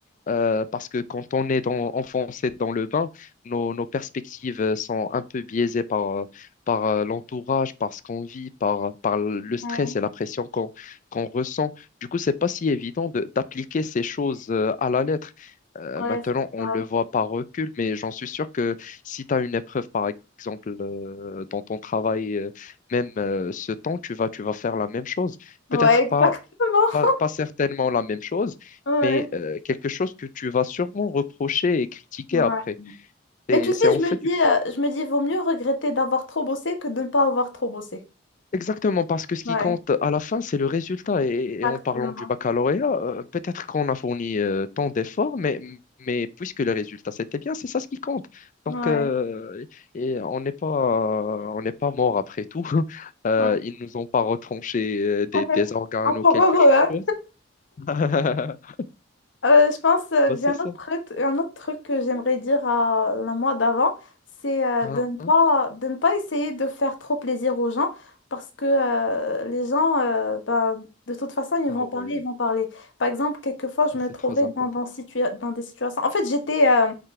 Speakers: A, on the left (about 45°); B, on the left (about 75°).
A: euh, parce que quand on est dans, enfoncé dans le bain, nos, nos perspectives euh, sont un peu biaisées par, euh, par euh, l'entourage, par ce qu'on vit, par, par le stress
B: Ouais,
A: et la pression qu'on qu'on ressent. Du coup, c'est pas si évident de- d'appliquer ces choses euh, à la lettre. Euh,
B: ouais,
A: maintenant,
B: c'est
A: on
B: ça.
A: le voit par recul, mais j'en suis sûr que si tu as une épreuve, par exemple, euh, dans ton travail, euh, même euh, ce temps, tu vas, tu vas faire la même chose.
B: Ouais,
A: Peut-être
B: exactement.
A: pas
B: <laughs>
A: pas, pas certainement la même chose,
B: Ouais,
A: mais euh, quelque chose que tu vas sûrement reprocher et critiquer
B: ouais.
A: après. Et
B: Mais tu sais,
A: c'est en
B: je me
A: fait
B: dis,
A: une...
B: euh, je me dis, vaut mieux regretter d'avoir trop bossé que de ne pas avoir trop bossé.
A: Exactement, parce que ce qui
B: Ouais,
A: compte à la fin, c'est le résultat. Et,
B: exactement.
A: et en parlant du baccalauréat, euh, peut-être qu'on a fourni euh, tant d'efforts, mais, mais puisque le résultat c'était bien, c'est ça ce qui compte. Donc,
B: Ouais.
A: euh, et on n'est pas, on n'est pas mort après tout. <laughs> Euh,
B: Ouais.
A: ils nous ont pas retranché euh, des,
B: <laughs>
A: des organes
B: Encore
A: ou quelque
B: heureux,
A: chose.
B: hein?
A: <laughs>
B: Euh, je pense euh,
A: Bah,
B: que
A: c'est
B: j'ai un
A: ça.
B: autre truc, un autre truc que j'aimerais dire à la moi d'avant, c'est euh,
A: Hein?
B: de ne pas,
A: hein.
B: de ne pas essayer de faire trop plaisir aux gens parce que euh, les gens, euh, bah, de toute façon, ils
A: Ah
B: vont
A: ouais.
B: parler, ils vont parler. Par exemple, quelquefois, je me
A: C'est
B: trouvais
A: trop important.
B: dans, dans, situa- dans des situations. En fait, j'étais, euh,